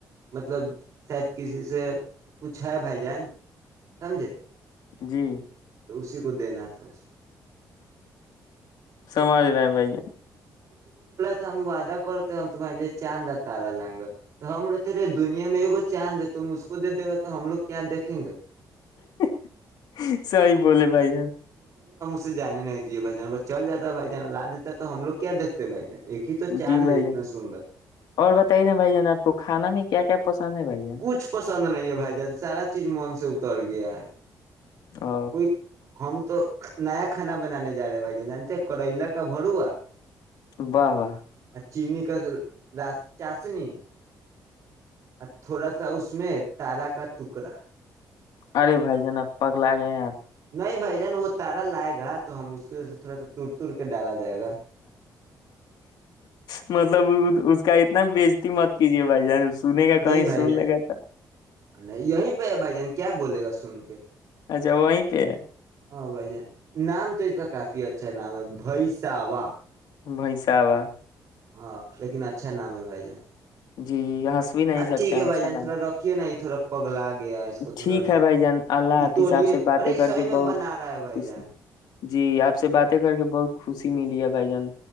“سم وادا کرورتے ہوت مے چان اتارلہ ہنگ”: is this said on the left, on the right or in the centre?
Right